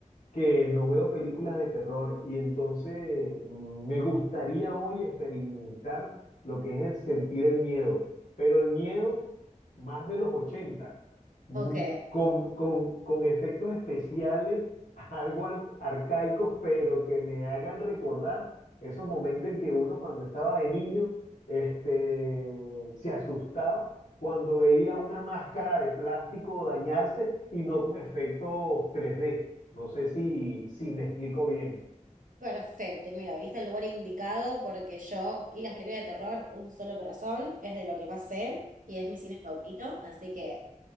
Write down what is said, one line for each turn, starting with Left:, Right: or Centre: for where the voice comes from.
Left: que no veo películas de terror y entonces mm, me gustaría hoy experimentar lo que es el sentir el miedo, pero el miedo más de los 80 mm,
Right: Ok,
Left: con, con, con efectos especiales, <laughs> algo al- arcaicos, pero que me hagan recordar esos momentos en que uno cuando estaba de niño este, se asustaba. cuando veía una máscara de plástico dañarse y no con efectos 3D. No sé si, si me explico bien.
Right: perfecto. Y mira, viniste al lugar indicado porque yo y las películas de terror, Un solo corazón, es de lo que más sé y es mi cine favorito, así que